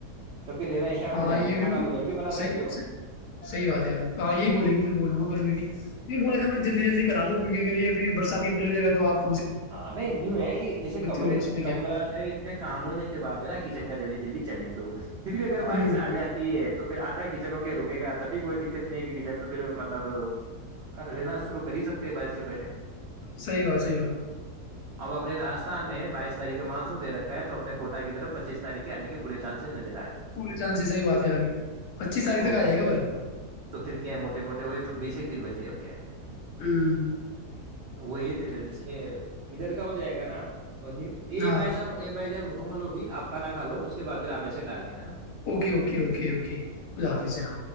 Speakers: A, on the right (about 85°); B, on the left (about 80°).
A: تو پھر رہنا اسٹارٹ
B: ہاں
A: ہو جائیں
B: یہ
A: گے
B: بھی
A: کھانا تو ادھر بنا سکتے
B: صحیح
A: ہو
B: صحیح بات ہے اھی ہاں یہی بولیں گے بولوں گھر میں بھی بو تھا میں جلدی جلدی کرا لوں کیونکہ اگر یہ اب برسات کی پہلی جگہ توپ
A: ہاں نہیں نیو ہے کہ جیسے کمرے
B: ہو اس میں
A: کمرہ
B: کیا
A: ان کے کام ہونے کے بعد ہے نا کچن کا جلد جلدی چلنے ہیں تو پھر بھی اگر
B: ہوں
A: بارش آ جاتی ہے تو پھر آدا کی کچن ہو کے رکے گا تبھی کوئی دقت نہیں ہے کہ کدھر تو پھر مطلب رہنا شروع کر ہی سکتے ہیں بارر سے پہلے
B: صحی بات صحیح بات
A: اب اپنے راست ان میں بائیس تاریخ کا مان دےکھا ہے تو اپنے کوٹ کیرف پچیس تاریخ کے آنے کے پور چانسز نر
B: پورے چاند صحی بات ہے ابھی پچیس تاریخ
A: تو
B: تک آ جائے گا پر
A: تو پھر کیا ہے موٹے موٹے وہ بیس ایک دن بچے اب کیا ہے
B: ہوں
A: تو وہ یہ پلر ہے اس یہ ادھر کا ہو جائے گا نا تو
B: ہاں
A: بائی س بائی ج مک مل ہوگیپ کا ن نہ کا لو اس کے بعد پھر آپ میں سے ڈال دینا نا
B: اوکے اوکے اوکے اوکے خد حافظ جنا